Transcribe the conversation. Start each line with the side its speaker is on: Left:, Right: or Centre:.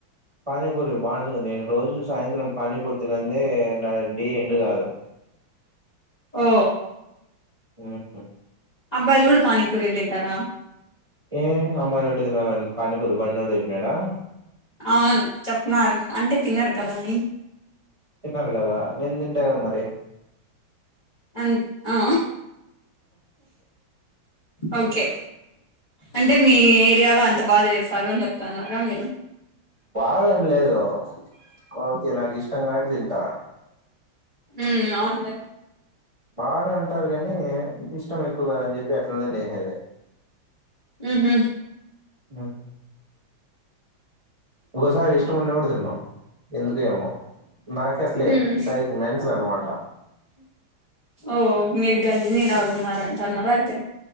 Right: పానీపూరి బావుంటుంది నేను రోజు సాయంత్రం పానీపూర్ తినన్దే నా డే ఎండ్ కాదు
Left: ఓ
Right: ఉమ్
Left: అబ్బాయిలు గూడ పానీపూరిలు తింటారా
Right: ఏ అమ్మాయిలు ఒకటె తినాలని పానీపూరి బండోడు చెప్పినాడా
Left: అవును చెప్నారు అంటే తినరు కదా అని
Right: తింటాను గదా నేందింటగ మరి
Left: అంత్ ఆ ఓకే అంటే మీ ఏరియాలో అంత బాగ చేస్తారు అని చెప్తన్నారా మీరు
Right: బాగనిలేదు ఓకే నాకు ఇష్టం కాబట్టి తింటా
Left: ఉమ్ అవున్లే
Right: బాగనే ఉంటారు గని ఇష్టం ఎక్కువ కదాని చెప్పి అట్లనే నేసేది
Left: ఉ హ్మ్
Right: ఉమ్ ఒకసారి ఇష్టం ఉన్న కూడ తిన్ను ఎందుకు ఏమో నాకి అట్లే
Left: హ్మ్
Right: సైక్ మెంట్లనమాట
Left: ఓ మీరు గజని లాగున్నారంటన్నారా అయిత్